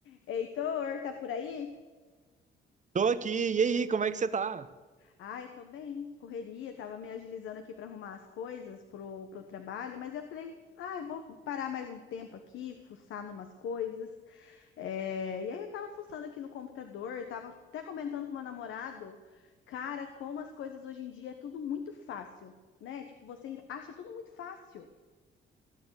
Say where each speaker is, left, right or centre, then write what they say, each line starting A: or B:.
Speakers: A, on the left; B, on the right.
A: Heitor, tá por aí?
B: Tô aqui, e aí, como é que você tá?
A: Ai, tô bem, correria, tava me agilizando aqui para arrumar as coisas pro, pro trabalho, mas eu falei, ai, vou parar mais um tempo aqui, fuçar numas coisas. É, E aí eu tava fuçando aqui no computador, tava até comentando com meu namorado, cara, como as coisas hoje em dia é tudo muito fácil, né? Tipo, você acha tudo muito fácil.